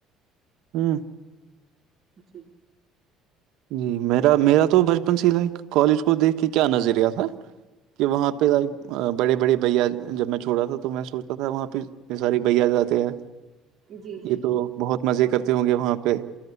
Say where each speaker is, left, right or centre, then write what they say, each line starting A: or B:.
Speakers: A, on the right; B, on the right.
A: ہوں
B: جی
A: جی میرا میرا تو بچپن سے کالج کو دیکھ کے کیا نظریہ تھا کہ وہاں پہ ایک بڑے بڑے بھیا جب میں چھوتا تھا تو میں سوچتا تھا وہاں پہ یہ ساری بھیا جاتے ہیں
B: جی جی
A: یہ تو بہت مزے کرتے ہوں گے وہاں پہ